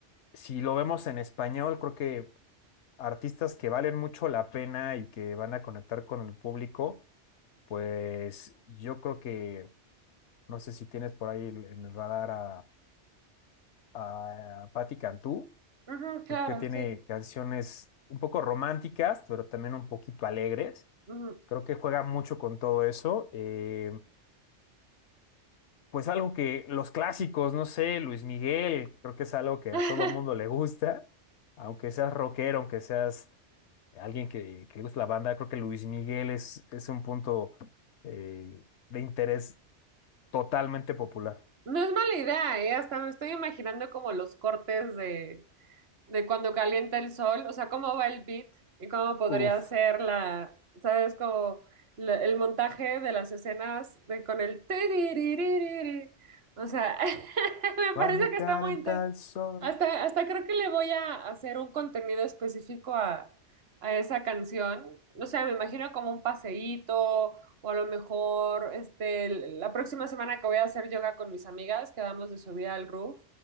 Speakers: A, on the left; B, on the right.
A: si lo vemos en español, creo que artistas que valen mucho la pena y que van a conectar con el público, pues yo creo que, no sé si tienes por ahí el- en el radar a, a Paty Cantú.
B: ujú, claro,
A: Creo que tiene
B: sí.
A: canciones un poco románticas, pero también un poquito alegres.
B: ujú.
A: Creo que juega mucho con todo eso. Eh, pues algo que los clásicos, no sé, Luis Miguel, creo que es algo que
B: <laughs>
A: a todo mundo le gusta. Aunque seas rockero, aunque seas alguien que, que le gusta la banda, creo que Luis Miguel es, es un punto eh, de interés totalmente popular.
B: No es mala idea, ¿eh? Hasta me estoy imaginando como los cortes de, de cuando calienta el sol, o sea, cómo va el beat y cómo podría
A: Uf.
B: ser la, ¿sabes? Como la- el montaje de las escenas de, con el... tiriririri. O sea, <laughs> me
A: Cuando
B: parece que
A: calenta
B: está muy inter-
A: el sol.
B: Hasta, hasta creo que le voy a hacer un contenido específico a, a esa canción. O sea, me imagino como un paseíto o a lo mejor este, la próxima semana que voy a hacer yoga con mis amigas, quedamos de subir al roof